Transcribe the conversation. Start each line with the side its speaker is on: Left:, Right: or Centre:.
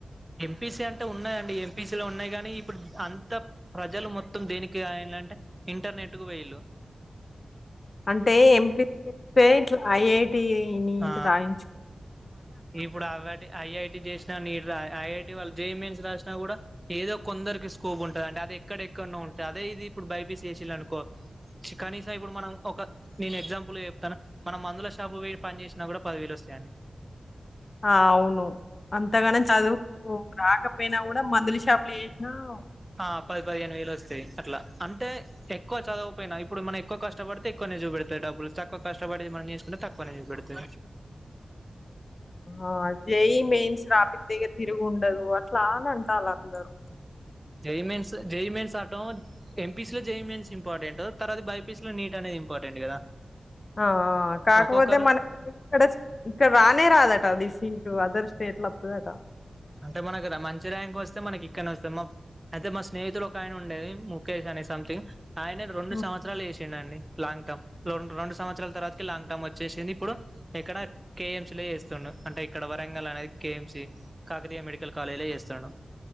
Right: ఎంపీసి అంటే ఉన్నాదండి ఎంపీసి లో ఉన్నాయి గానీ ఇప్పుడు అంత ప్రజలు మొత్తం దేనికి ఆయన అంటే ఇంటర్నెట్ కు పోయిలు
Left: అంటే ఎంపీసి చేస్తే ఇట్లా ఐఐటి నీట్
Right: ఆ
Left: రాయించు
Right: ఇప్పుడు అవటి ఐఐటి తీసుకొని ఐఐటీ వాళ్లు జేఈఈ మెయిన్స్ రాాసిన కూడా ఏదో కొందరికి స్కోప్ ఉంటది అది ఎక్కడెక్కడనో అదే ఇది ఇప్పుడు బైపిసి చేసిండనుకో కనీసం ఇప్పుడు మనం ఒక నేను ఎగ్జాంపుల్ గ చెప్తాన మనం మందుల షాపుకి పొయి పని చేసినా కూడా పదివేలు వస్తాయండి
Left: అవును అంతగాన చదువు రాకపోయినా కూడా మందుల షాపు ప్లేష్నా <unintelligible>
Right: ఆ పది పదిహేను వేలు వస్తాయి అట్లా అ ఎక్కువ చదువకపోయిన ఇప్పుడు మనం ఎక్కువ కష్టపడితే ఎక్కువనే చూపెడతయి డబ్బులు తక్కువ కష్టపడి మనం తీసుకుంటే తక్కువ పని పెడితే
Left: ఆ జెఈఈ మెయిన్స్ రాపితే తిరుగుండదు అట్లా అని అంటాల అందరూ
Right: JEE mains J E E mains రాటం ఎంపీసి లో J E E mains important తర్వాత బైపీసి లో నీట్ అనేది ఇంపార్టెంట్ కదా
Left: ఆ ఆ కాకపోతే
Right: ఒక్కొక్కరు
Left: మనకి ఇక్కడ ఇక్కడ రానే రాదట అ దసి అదర్ స్టేట్ లో వతదట
Right: అంటే మనకి మంచి ర్యాంక్ వస్తే మనకి ఇక్కడనే వస్తదమ్మా అయితే మా స్నేహితుడు ఒక ఆయన ఉండే ముఖేష్ అని అ సంథింగ్ ఆయన రెండు
Left: హ్మ్.
Right: సంవత్సరాలు చేసిండండి లాంగ్ టర్మ్ రం రెండు సంవత్సరాల తర్వాతకి లాంగ్ టర్మ్ వచ్చేసింది ఇప్పుడు ఇక్కడ కేఎంసీ లొ చేస్తున్డు అంటే ఇక్కడ వరంగల్ అనేది కేఎంసీ కాకతీయ మెడికల్ కాలేజీలో చేస్తుండు